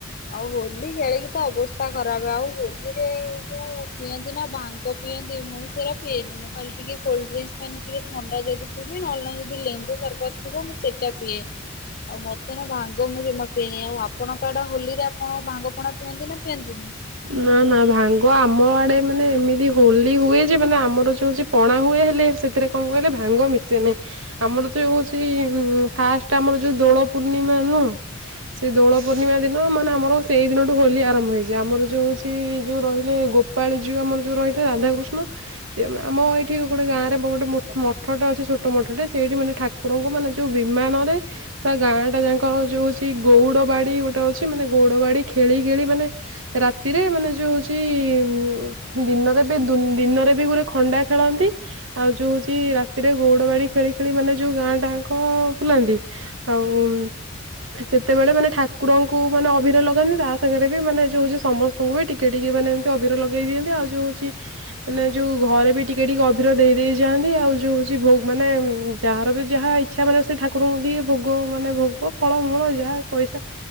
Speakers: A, on the left (about 45°); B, on the right (about 80°).
A: ଆଉ ହୋଲି ଖେଳିକି ତ ଅବସ୍ଥା ଖରାପ ଆଉ ହୋଲିରେ ଏଇ ଯୋଉ ପିଅନ୍ତି ନା ଭାଙ୍ଗ ପିଅନ୍ତି ମୁଁ ସେରା ପିଏନି ମୁଁ ଖାଲି ଟିକେ କୋଲ୍ ଡ୍ରିଂସ ଏମିତି ରେ ଥଣ୍ଡା ଯଦି ପିଇିବି ନହଲେ ନାଇ ଯଦି ଲେମ୍ବୁ ସରବତ ଥିବ ମୁଁ ସେଟା ପିଏ। ଆଉ ମତେ ନା ଭାଙ୍ଗ ମୁଁ ଜମା ପିଏନି ଆଉ ଆପଣ କା ଆଡ଼େ ହୋଲିରେ ଆପଣ ଭାଙ୍ଗ ପଣା ପିଅନ୍ତି ନା ପିଅନ୍ତିନି?
B: ନା ନା ଭାଙ୍ଗ ଆମ ଆଡେ ମାନେ ଏମିତି ହୋଲି ହୁଏ ଯେ ମାନେ ଆମର ଯ ହଉଛି ପଣା ହୁଏ ହେଲେ ସେଥିରେ କଣ କହିଲେ ଭାଙ୍ଗ ମିଶେ ନାହିଁ। ଆମର ଯୋଉ ହଉଛି ଫାଷ୍ଟ ଆମର ଯୋଉ ଦୋଳ ପୂର୍ଣ୍ଣିମା ନୁହ। ସେ ଦୋଳ ପୂର୍ଣ୍ଣିମା ଦିନ ମାନେ ଆମର ସେଇ ଦିନଠୁ ହୋଲି ଆରମ୍ଭ ହୋଇଯାଏ ଆମର ଯୋଉଛି ଯୋଉ ରହିଲେ ଗୋପାଳ ଝିଅ ଯୋଉ ଆମର ଯୋଉ ରହିଲେ ରାଧାକୃଷ୍ଣ। ସେ ଆମ ଏଇଠି ଗୋଟେ ଗାଁରେ ଗୋଟେ ମଠଟେ ଅଛି ଛୋଟ ମଠଟେ ସେଇଠି ମାନେ ଠା ଠାକୁରଙ୍କୁ ମାନେ ଯୋଉ ବିମାନରେ ତା ଗାଁ ଟା ଯାଙ୍କର ଯୋଉ ଅଛି ଗଉଡ ବାଡି ଗୋଟେ ଅଛି ମାନେ ଗଉଡ ବାଡି ଖେଳି ଖେଳି ମାନେ ରାତି ରାତିରେ ମାନେ ଯୋଉ ହଉଛି ଉ ଦିନରେ ବି ଦିନରେ ବି ଗୋଟେ ଖଣ୍ଡା ଖେଳନ୍ତି। ଆଉ ଯୋଉ ହଉଛି ରାତିରେ ଗଉଡ ବାଡି ଖେଳି ଖେଳି ମାନେ ଯୋଉ ଗାଁ ଟାଙ୍କ ବୁଲାନ୍ତି। ଆଉ ସେତେବେଳେ ମାନେ ଠାକୁରଙ୍କୁ ମାନେ ଅଭିର ଲଗାନ୍ତି ତା ସାଙ୍ଗରେ ବି ମାନେ ଯୋଉ ହଉଛି ସମସ୍ତେ ସ୍ତଙ୍କୁ ବି ଟିକେ ଟିକେ ମାନେ ଏମିତି ଅବିର ଲଗେଇ ଦିଅନ୍ତି ଆଉ ଯ ହଉଛି ମାନେ ଯୋଉ ଘରେ ବି ଟିକେ ଟିକେ ଅବିର ଦେଇ ଦେଇ ଯାଆନ୍ତି ଆଉ ଯୋଉ ହଉଛି ମାନେ ଯାହାର ବି ଯାହା ଇ ଇଚ୍ଛା ମାନେ ସେ ଠାକୁରଙ୍କୁ ଦିଏ ଭୋଗ ମାନେ ଭୋଗ ଫଳମୂଳ ଯାହା ପଇସା